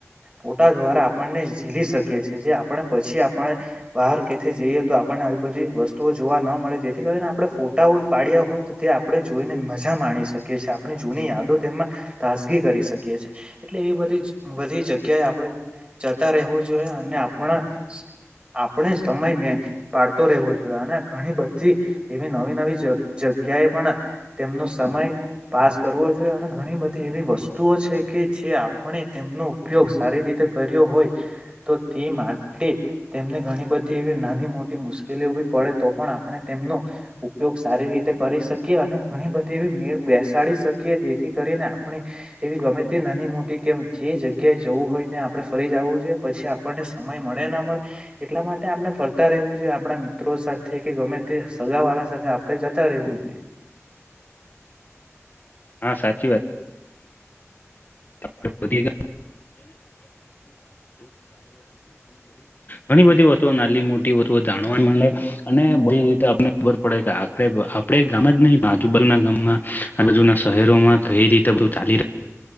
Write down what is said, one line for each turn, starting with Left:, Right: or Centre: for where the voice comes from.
Right: ફોટા દ્વારા આપણને ઝીલી શકે છે જે આપણે પછી આપણે બહાર કેથી જઈએ તો આપણને આવી બધી વસ્તુઓ જોવા ન મળે જેથી કરી આપણે ફોટાઓ પાડ્યા હોય તો તે આપણે જોઈને મજા માણી શકીએ છીએ આપણી જૂની યાદો તેમમાં તાજગી કરી કરી શકીએ છીએ એટલે એ બધી બધી જગ્યાએ આપણે જતા રહેવું જોઈએ અને આપણા આપણે સમય મે પાડતો રહેવો જોઈએ અને ઘણી બધી એવી નવી નવી જગ્યાએ પણ તેમનો સમય પાસ કરવો જોઈએ અને ઘણી બધી એવી વસ્તુઓ છે કે જે આપણે તેમનો ઉપયોગ સારી રીતે કર્યો હોય તો તે માટે તેમને ઘણી બધી એવી નાની મોટી મુશ્કેલીઓ પડે તો પણ આપણે તેમનો ઉપયોગ સારી રીતે કરી શકીએ અને ઘણી બધી એવી મેળ બેસાડી શકીએ જેથી કરીને આપણે એવી ગમે તે નાની મોટી કે જે જગ્યાએ જવું હોય ત્યાં આપડે ફરી જ આવું જોઈએ પછી આપણને સમય મળે ના મળે એટલા માટે આપણે ફરતા રહેવું જોઈ આપણા મિત્રો સાથે કે ગમે તે સગાવાળા આપણે જતા રહેવું જોઈએ
Left: હા સાચી વાત <inaudible> <inaudible> બધી ઘણી બધી વસ્તુઓ નાલી મોટી એવું તો તો જાણવા મળે અને બધી રીતે આપને ખબર પડે કે આપડે ગામ જ નહી બાજુબ ના ગામમાં આ બાજુના શહેરોમાં કઈ રીતે બધું ચાલી રહ્યું